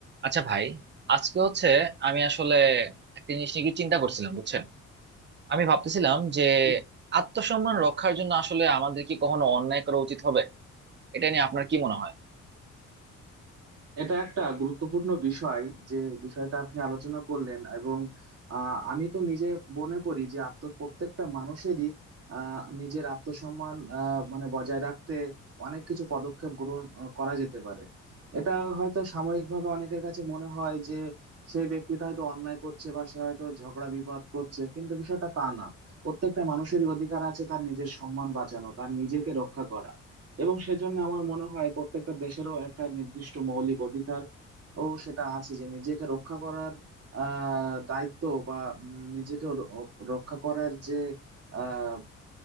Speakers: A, on the right (about 35°); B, on the right (about 55°).
A: আচ্ছা ভাই আজকে হচ্ছে আমি আসলে একটা জিনিস নিয়ে কি চিন্তা করছিলাম বুঝছেন আমি ভাবতেছিলাম যে
B: কি-
A: আত্মসম্মান রক্ষার জন্য আসলে আমাদের কি কখনো অন্যায় করা উচিত হবে এটা নিয়ে আপনার কি মনে হয়
B: এটা একটা গুরুত্বপূর্ণ বিষয় যে বিষয়টা আপনি আলোচনা করলেন এবং আহ, আমি তো নিজে মনে করি যে আত্ম প্রত্যেকটা মানুষেরই আহ, নিজের আত্মসম্মান আহ, মানে বজায় রাখতে অনেক কিছু পদক্ষেপ গ্রহণ আহ, করা যেতে পারে এটা হয়তো সাময়িকভাবে অনেকের কাছে মনে হয় যে সেই ব্যক্তিটা হয়তো অন্যায় করছে বা সে হয়তো ঝগড়া বিবাদ করছে কিন্তু বিষয়টা তা না প্রত্যেকটা মানুষেরই অধিকার আছে তার নিজের সম্মান বাঁচানো তার নিজেকে রক্ষা করা এবং সেজন্য আমার মনে হয় প্রত্যেকটা দেশেরও একটা নির্দিষ্ট মৌলিক অধিকার ও সেটা আছে যে নিজেকে রক্ষা করার আহ দায়িত্ব বা উম, নিজেকে র- রক্ষা করার যে আহ